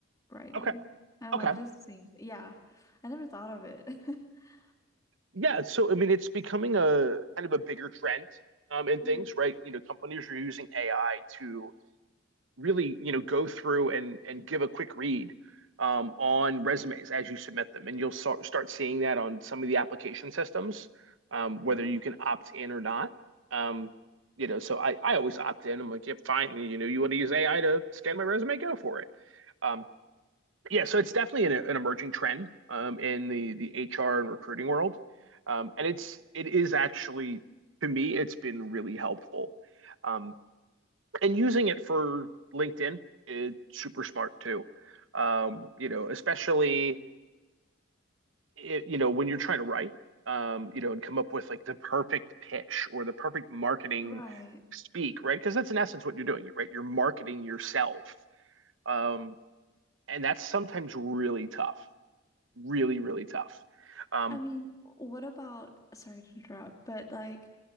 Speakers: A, on the left (about 20°); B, on the right (about 75°).
A: writing.
B: Okay.
A: I don't
B: Okay.
A: know if this seems, yeah, I never thought of it. <laughs>
B: yeah, so I mean, it's becoming a kind of a bigger trend um, in
A: Mm.
B: things, right? You know, companies are using AI to really, you know, go through and and give a quick read um, on resumes as you submit them, and you'll start start seeing that on some of the application systems, um, whether
A: Oh,
B: you can opt in or not. Um, you know, so I I always opt in. I'm like, yeah, fine. You know, you want to use AI to scan my resume, go for it. Um, yeah, so it's definitely an, an emerging trend um, in the the HR and recruiting world, um, and it's it is actually to me it's been really helpful, um, and using it for LinkedIn is super smart too. Um, you know, especially i you know when you're trying to write, um, you know, and come up with like the perfect pitch or the perfect marketing
A: right.
B: speak, right? Because that's in essence what you're doing, right? You're marketing yourself, um, and that's sometimes really tough. really, really tough. Um,
A: I mean, what about, sorry to interrupt, but like,